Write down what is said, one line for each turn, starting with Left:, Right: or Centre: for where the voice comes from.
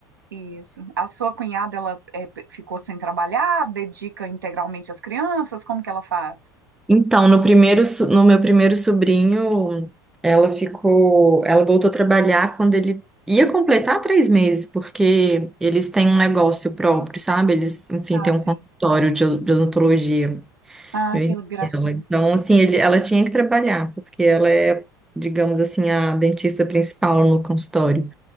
Right: Isso. A sua cunhada ela é, p- ficou sem trabalhar, dedica integralmente às crianças, como que ela faz?
Centre: Então, no primeiro, so- no meu primeiro sobrinho, ela ficou, ela voltou a trabalhar quando ele ia completar três meses, porque eles têm um negócio próprio, sabe? Eles, enfim,
Right: Ah,
Centre: têm um
Right: sim.
Centre: consultório de od- de odontologia.
Right: Ah,
Centre: meu irmão
Right: que gracinha.
Centre: e ela. Então, assim, ele, ela tinha que trabalhar, porque ela é, digamos assim, a dentista principal no consultório.